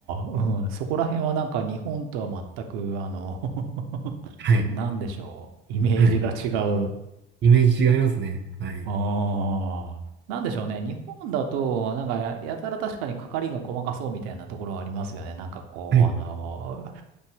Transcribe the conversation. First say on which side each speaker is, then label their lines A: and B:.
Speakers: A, on the right; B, on the right.
A: あ、うん。そこら辺はなんか日本とは全く、あの <laughs>
B: はい、
A: なんでしょう。イメージが違う。
B: はい。イメージ違いますね。はい、
A: ああ。なんでしょうね。日本だと、なんかや、やたら確かに係が細かそうみたいなところはありますよね。なんかこう、
B: はい、
A: あの